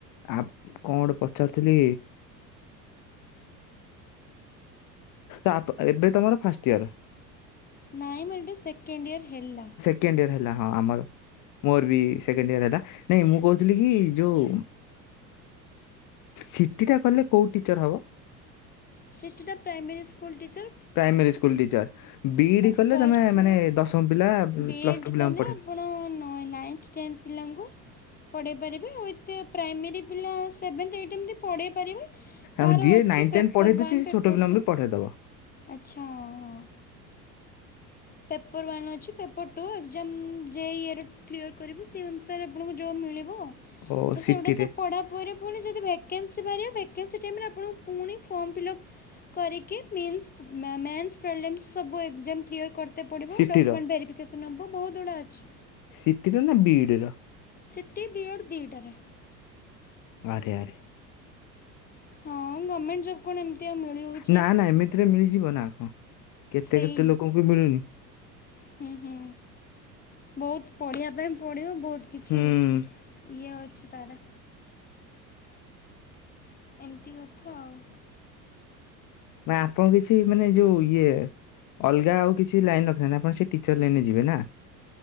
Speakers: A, on the left; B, on the left.
A: ଆପ କଣ ଗୋଟେ ପଚାରୁଥିଲି ତ <unintelligible> ଆପ ଏବେ ତମର ଫାଷ୍ଟ ଇୟର।
B: ନାଇଁମ ଏଇଟା ସେକେଣ୍ଡ ଇୟର ହେଲା।
A: ସେକେଣ୍ଡଇୟର ହେଲା ହଁ ଆମର। ମୋର ବି ସେକେଣ୍ଡ ଇୟର ହେଲା ନାଇଁ ମୁଁ କହୁଥିଲି କି ଯୋଉ ସିଟିଟା କଲେ କୋଉ ଟିଚର ହବ?
B: ସିଟିଟା primary school teacher.
A: Primary school teacher BEd କଲେ
B: ଫାଷ୍ଟରୁ
A: ତମେ ମାନେ ଦଶମ ପିଲା ପ୍ଲସଟୁ
B: ବି ଏଡ଼୍
A: ପିଲାଙ୍କୁ
B: କଲେ
A: ପଢେଇ
B: ଆପଣ ନଏ ନାଇନ୍ଥ ଟେନ୍ଥ ପିଲାଙ୍କୁ ପଢେଇ ପାରିବେ ଆଉ ଏତେ ପ୍ରାଇମେରୀ ପିଲା ସେଭେନ୍ଥ ଏଇଟ୍ ଏମିତି ପଢେଇ ପାରିବେ। ତାର
A: ଆଉ ଯିଏ
B: ଅଛି
A: ନାଇନ
B: ପେପର୍
A: ଟେନ ପଢେଇ ଦେଉଛି
B: ୱାନ୍
A: ସେ
B: ପେପର୍
A: ଛୋଟ ପିଲାଙ୍କୁ
B: ଟୁ
A: ବି ପଢେଇଦବ।
B: ଆଚ୍ଛା ହଁ ହଁ ପେପର୍ ୱାନ୍ ଅଛି ପେପର୍ ଟୁ ଏକ୍ସାଆମ୍ ଯେ ଇଏର କ୍ଲିୟର କରିବୁ ସେହି ଅନୁସାରେ ଆପଣଙ୍କୁ ଜବ୍ ମିଳିବ
A: ଓ
B: ତ
A: ସିଟିରେ
B: ସେଉଡା ସଵ୍ ପଢ଼ା ପରେ ପୁଣି ଯଦି ଭ୍ୟାକେଏନ୍ସି ବାହାରିବ ଭ୍ୟାକେଏନ୍ସି ଟିମ୍ ରେ ଆପଣଙ୍କୁ ପୁଣି ଫର୍ମଫିଲପ୍ କରିକି ମିନସ ମେ-ମେନ୍ସ ପ୍ରୋବ୍ଲେମ୍ ସବୁ ଏକଜମ୍ କ୍ଲିୟର କ ରିତେ ପଡ଼ିବ
A: ସିଟିର
B: ଡକମେଣ୍ଟ ଭେରିଫିକେସନ୍ ହେବ ବହୁତ ଗୁଡ଼ା ଅଛି।
A: ସିଟିରେ ନା ବିଡିର?
B: ସିଟି ବିଏଡ ଦିଟାରେ
A: ଆରେ ଆରେ
B: ହଁ ଗମେଣ୍ଟ ଜବ କଣ ଏମତି ଆଉ ମିଳିବ ବି
A: ନା ନା ଏମିତିରେ ମିଳିଯିବ ନା କଣ କେତେ
B: ସେଇ
A: କେତେ ଲୋକଙ୍କୁ ମିଳୁନି।
B: ହୁଁ ହୁଁ ବହୁତ ପଢ଼ିବା ପାଇଁ ପଡ଼ିବ ବହୁତ କିଛି
A: ହୁଁ
B: ଇଏ ଅଛି ତାରା ଏମିତି କଥା ଆଉ
A: ମା ଆପଣ କିଛି ମାନେ ଯୋଉ ଇଏ ଅଲଗା ଆଉ କିଛି ଲାଇନ ରଖିନାହାନ୍ତି ଆପଣ ସେ ଟିଚର ଲାଇନେ ଯିବେ ନା।